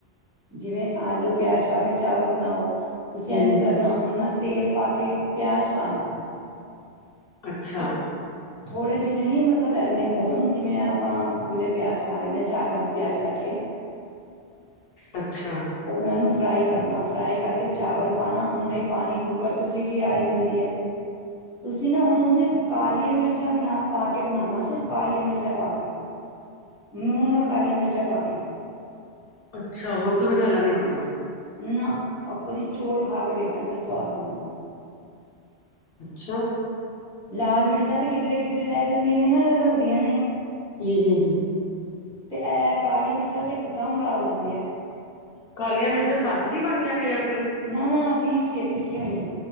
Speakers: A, in the centre; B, on the left.
A: ਜਿਵੇਂ ਆਲੂ- ਪਿਆਜ ਪਾ ਕੇ ਚਾਵਲ ਬਣਾਓ ਤੁਸੀਂ
B: ਹੂੰ
A: ਇੰਜ ਕਰਨਾ ਹਣ ਨਾ ਤੇਲ ਪਾ ਕੇ ਪਿਆਜ ਪਾਣਾ
B: ਅੱਛਾ।
A: ਥੋੜ੍ਹੇ ਜਿਨੇ ਨੀ ਮਤਲਬ ਇੰਨੇ ਹੋਣ ਜਿਵੇਂ ਆਪਾਂ ਖੁੱਲੇ ਪਿਆਜ ਖਾ ਲੈਂਦੇ ਹਾਂ ਚਾਰ -ਪੰਜ ਪਿਆਜ ਕੱਟ ਕੇ
B: ਅੱਛਾ।
A: ਉਹਨਾਂ ਨੂੰ ਫਰਾਈ ਕਰਨਾ ਫਰਾਈ ਕਰਕੇ ਚਾਵਲ ਪੰਨਾ ਉਹਨਾਂ ਹੀ ਪਾਣੀ ਕੂੱਕਰ ਸਿਟੀ ਆ ਜਾਂਦੀ ਹੈ। ਤੁਸੀਂ ਨਾ ਹੁਣ ਸਿਰਫ ਕਾਲੀਆ ਮਿਰਚਾਂ ਬਣਾ ਪਾ ਕੇ ਬਣਨਾ ਸਿਰਫ ਕਾਲੀਆਂ ਮਿਰਚਾਂ ਪਾ ਕੇ।
B: ਹ <inaudible>
A: ਨੂਨ ਔਰ ਕਾਲੀਆ ਮਿਰਚਾਂ ਪਾ ਕੇ।
B: ਅੱਛਾ, ਹੋਰ ਕੋਈ ਮਸਾਲਾ ਨਹੀਂ ਪਨਾ।
A: ਨਾ ਆ ਕਦੀ ਚੋਲ ਖਾ ਕੇ ਵੇਖਣਾ ਕਿਹੜੇ ਸਵਾਦ ਬਣਦੇ।
B: ਅੱਛਾ।
A: ਲਾਲ ਮਿਰਚਾਂ ਤੇ ਕਿਧਰੇ- ਕਿਧਰੇ ਰਹਿ ਜਾਂਦੀਆਂ ਨੇ ਨਾ ਰਲਦੀਆਂ ਨੇ।
B: ਹੂ -ਹੂ- ਹੂ।
A: ਤੇ ਇਹ ਕਾਲੀ ਮਿਰਚਾਂ ਤੇ ਇਕਦਮ ਰਲ ਜਾਂਦੀਆਂ ਨੇ।
B: ਕਾਲੀਆਂ ਮਿਰਚਾਂ ਸਭਤੀ ਹੀ ਪਨੀਆ ਨੇਆਂ
A: ਨਾ- ਨਾ ਪੀਸ ਕੇ ਪੀਸਿਆ ਹੋਈਆਂ।